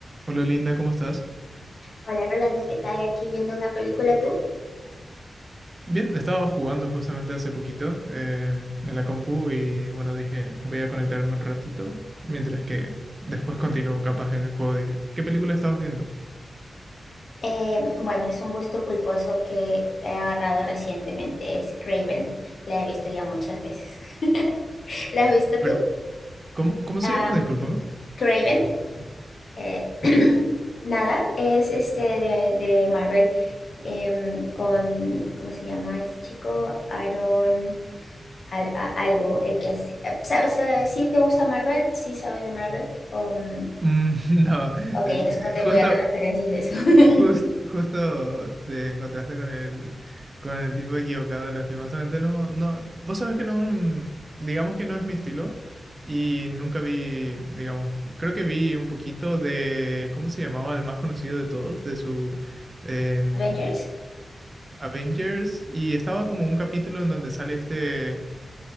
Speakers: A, on the right (about 30°); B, on the left (about 60°).
A: Hola Linda, ¿cómo estás?
B: Hola Rolando, ¿qué tal? Aquí viendo una película tú.
A: Bien, estaba jugando justamente hace poquito em, en la compu y bueno, dije, voy a conectarme un ratito, mientras que después continúo capaz en el juego. Dije, ¿qué película estabas viendo?
B: Eh, bueno, es un gusto culposo que he agarrado recientemente, es Craven. La he visto ya muchas veces. <laughs> ¿La has visto
A: Per-
B: tú?
A: ¿cómo, cómo se
B: Am,
A: llama? Discúlpame.
B: Craven. eh,
A: Uf,
B: <clears throat> nada, es este de, de Marvel em, con, ¿cómo se llama este chico? Aaron al- a- algo, el que hace- eh, ¿Sabes? eh, ¿sí te gusta Marvel? ¿Sí sabes de Marvel? Um,
A: mm, <laughs> no,
B: ok,
A: el-
B: entonces
A: eh,
B: no te
A: justo,
B: voy a dar referencias de eso. <laughs>
A: Just- justo te encontraste con el, con el tipo equivocado, lastimosamente. No, no, vos sabés que no, mm, digamos que no es mi estilo. Y nunca vi, digamos, creo que vi un poquito de, ¿cómo se llamaba? El más conocido de todos, de su en
B: Avengers.
A: Avengers. Y estaba como un capítulo en donde sale este.